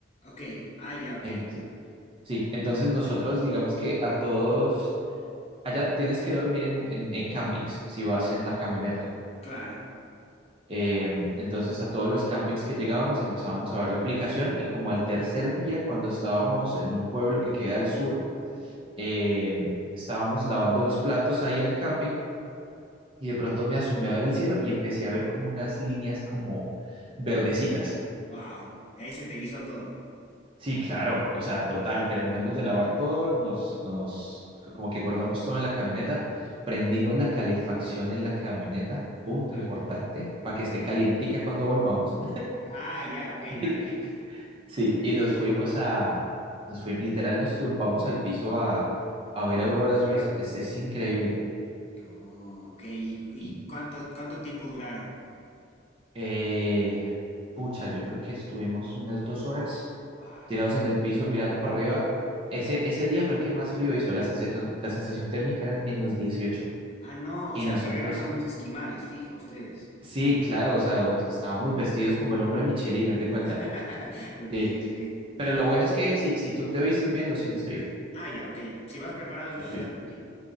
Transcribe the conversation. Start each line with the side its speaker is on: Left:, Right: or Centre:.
Left: Ok. Ah, ya, ok.
Right: Ent- sí, entonces nosotros digamos que a todos, allá tienes que dormir en, un- en en campings si vas en la camioneta.
Left: Claro.
Right: Eh, entonces a todos los campings que llegábamos empezábamos a ver la aplicación y como al tercer día cuando estábamos en un pueblo que queda al sur, eh, estábamos lavando los platos ahí en el camping y de pronto me asomé a ver el cielo y empecé a ver como unas líneas como verdecitas.
Left: Wow. Ahí se te erizó todo.
Right: Sí, claro, o sea, total, terminamos de lavar todo, nos, nos, como que guardamos todo en la camioneta, prendimos la calefacción en la camioneta, punto
Left: Claro.
Right: importante, para que esté calientica cuando volvamos.
Left: Ah, ya, ok,
Right: <laughs>
Left: gran tip.
Right: Sí, y nos fuimos a, nos fui, literal nos tumbamos al piso a, a ver auroras,
Left: Ah, observar.
Right: Luis, es, es increíble.
Left: No, ok. ¿Y, y
Right: Y,
Left: cuánto, cuánto tiempo duraron?
Right: eh, pucha, yo creo que estuvimos unas dos horas
Left: Wow.
Right: tirados en el piso mirando para arriba. Ese, ese día fue el que más frío hizo, la sensación, la sensación térmica eran menos dieciocho
Left: Ah, no,
Right: Y
Left: o sea,
Right: nosotros,
Left: pero eran unos esquimales, fija ustedes.
Right: sí, claro, o sea, nos, estábamos vestidos como el hombre Michelin, haz de cuenta.
Left: <laughs> Ok,
Right: Sí,
Left: ok.
Right: pero lo bueno es que si, si tú te vistes bien, no sientes frío.
Left: Ah, ya, ok. Si vas preparado, entonces
Right: Sí, sí.
Left: estás tranquilo.